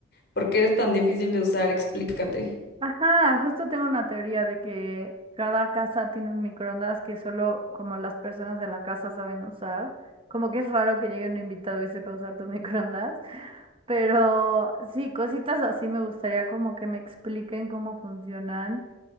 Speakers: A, on the left; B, on the right.
A: ¿por qué eres tan difícil de usar? Explícate.
B: Ajá, justo tengo una teoría de que cada casa tiene un microondas que solo como las personas de la casa saben usar. Como que es raro que llegue un invitado y sepa usar tu <laughs> microondas. Pero sí, cositas así me gustaría como que me expliquen cómo funcionan.